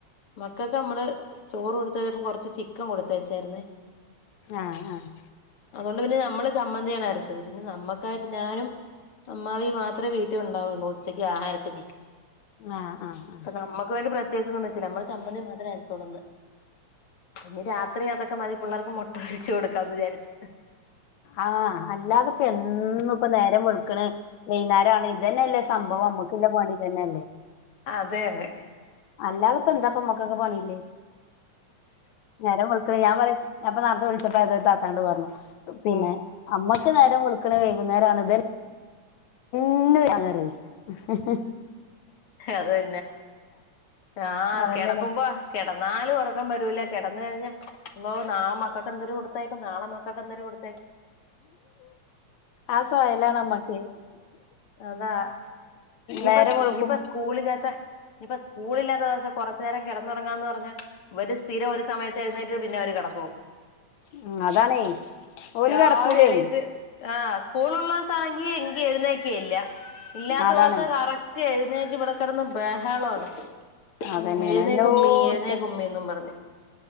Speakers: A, on the left; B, on the left.
A: മക്കൾക്ക് നമ്മള് ചോറ് കൊടുത്തച്ചപ്പോ കൊറച്ച് ചിക്കൻ കൊടുത്ത വച്ചായിുന്നേ
B: ആഹ് ആഹ്.
A: അതുകൊണ്ട് പിന്നെ നമ്മള് ചമ്മന്തിയാണ് അരച്ചത് പിന്നെ നമ്മുക്കായിട്ട് ഞാനും അമ്മായും മാത്രമേ വീ കു ഉണ്ടാവുള്ള ഉച്ചക്ക് ആഹാരത്തിന്
B: ആഹ് ആഹ് ആഹ്
A: അപ്പ നമ്മുക്ക് വേണ്ടി പ്രത്യേകിച്ച് വ നമ്മളുടെ ചമ്മന്തി മാത്രം ആയിച്ചോളന്ന് അ രാത്രി അതൊക്കെ മതി പിള്ളേർക്ക് മോട്ട വച്ച കൊടുക്കാന്ന് വിചാരിച്ചു
B: ആഹ് അല്ലാതെ ഇപ്പ എന്ന ഇപ്പ നേരം വെളുക്കണ് വൈകുന്നേരം അ തന്നെയല്ലേ സംഭവം അമ്മുക്കല്ല പണി തന്നെയല്ലേ
A: അതെ അതെ
B: അല്ലാതപ്പ എന്താപ്പമ്മക്കൊക്കെ പണിയില്ലേ നേരം വെളുക്കാ ഞാൻ പറയും. അപ്പൊംത്തത്തെ വിളിച്ചപ്പോ തൊ പറു പിന്നെ
A: ഉം
B: അമ്മ നേരം വെളുക്കണ വൈകുന്നേര ആണത്. പിന്നെ ഹ് ഹ ഹ
A: അതെ ആഹ്
B: അതന്നെയാണ്
A: കിടക്കുമ്പോ കിടന്നാല് ഉറക്കാൻ പറ്റ കിടന്ന് കഴിഞ്ഞോ നാളെ മക്കൾക്ക് എന്തര് കൊടുത്തായിക്കും നാളെ മക്കൊക്ക് എന്തര് കൊടു
B: ആസയലാണമ്മക്ക്
A: അതാ ഇനിയിപ്പ
B: നേരം വെളുക്കും
A: ഇനിയിപ്പ സ്കൂളില്ലാത്ത ഇപ്പൊ സ്കൂളില്ലാത്ത ദിവസം കൊറച്ച് നേരം കെട റങ്ങന്ന് പറഞ്ഞ ഇവര് സ്ഥിരം ഒരു സമയത്ത് എഴുന്നേറ്റ് പിന്നെ അവര് കിടക്കുമോ
B: ഉം അതാണേ ഓല്
A: രാവിലെ
B: കെടക്കൂലേ
A: എണീച്ച് ആ് സ്കൂളുള്ള ദിവസാണെങ്കി എങ്കി എഴുന്നേ ക്കല്ല ഇല്ലാത്ത
B: അതാണ്
A: ദിവസം കറക്റ്റ് എഴുന്നേറ്റ് ഇവിടെ കിടന്ന് ബഹാളണ്
B: അതന്നെയാണ്
A: ഉ എഴുന്നേ
B: എല്ലോടത്തും
A: കുമ്മി എഴുന്നേ കുമ്മി പറഞ്ഞ്